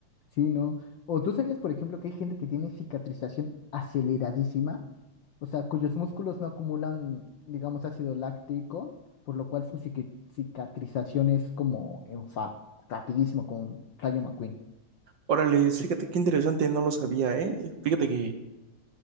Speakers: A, on the left; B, on the right.
A: Sí, ¿no? O tú sabías, por ejemplo, que hay gente que tiene cicatrización aceleradísima, o sea, cuyos músculos no acumulan, digamos, ácido láctico, por lo cual su cique- cicatrización es como en fa- rapidísimo, como un Rayo McQueen.
B: Órale, fíjate qué interesante, no lo sabía, ¿eh? Fíjate que,